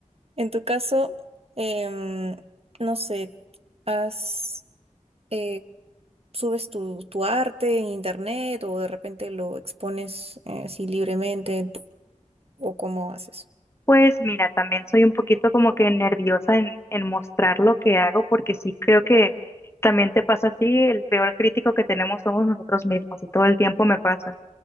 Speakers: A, on the right; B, on the left.
A: en tu caso, em, no sé, has, eh, subes tu, tu arte en internet o de repente lo expones eh, así libremente o cómo haces?
B: Pues mira, también soy un poquito como que nerviosa en, en mostrar lo que hago, porque sí creo que también te pasa a ti, el peor crítico que tenemos somos nosotros mismos y todo el tiempo me pasa.